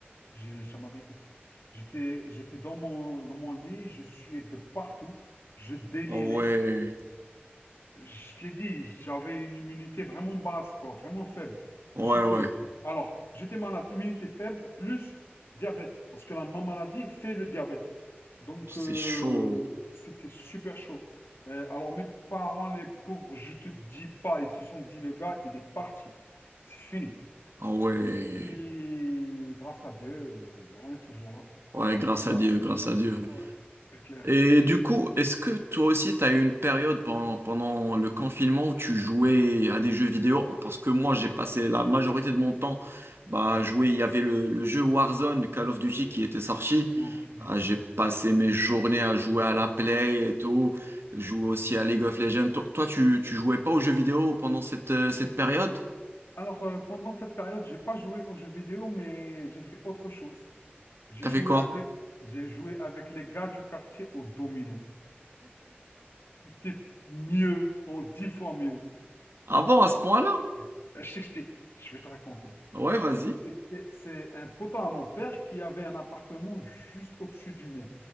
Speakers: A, on the left; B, on the right.
A: J'ai- ça m'a ré- J'étais, j'étais dans mon, dans mon lit, je suais de partout, je délirais.
B: Ah ouais,
A: je l'ai dit, j'avais une immunité vraiment basse, quoi, vraiment faible.
B: ouais,
A: Sachant
B: ouais.
A: que, alors, j'étais malade, immunité faible, plus diabète, parce que la ma maladie fait le diabète. Donc,
B: C'est
A: euh,
B: chaud.
A: c'était super chaud. Euh, alors, mes parents, les pauvres, je te dis pas, ils se sont dit, le gars, il est parti. C'est fini.
B: Ah ouais.
A: Puis, grâce à Dieu, euh, on est toujours là.
B: Ouais, grâce
A: Donc,
B: à
A: voilà.
B: Dieu, grâce à Dieu.
A: Ouais, c'est clair.
B: Et du coup, est-ce que toi aussi, tu as eu une période pendant, pendant le confinement où tu jouais à des jeux vidéo? Parce que moi, j'ai passé la majorité de mon temps bah, à jouer. Il y avait le, le jeu Warzone, Call of Duty, qui était sorti.
A: Ok.
B: Ah, j'ai passé mes journées à jouer à la Play et tout. Jouer aussi à League of Legends. Toi, toi, tu, tu jouais pas aux jeux vidéo pendant cette, euh, cette période?
A: Alors, euh, pendant cette période, j'ai pas joué aux jeux vidéo, mais j'ai fait autre chose. J'ai
B: T'as
A: joué
B: fait quoi?
A: avec, j'ai joué avec les gars du quartier au domino. C'était mieux, en dix fois mieux.
B: Avant, à ce point-là?
A: Ouais. Je t'explique, je vais te raconter.
B: Ouais, vas-y.
A: C'est c'est- c'est un potent à mon père qui avait un appartement juste au-dessus du mien.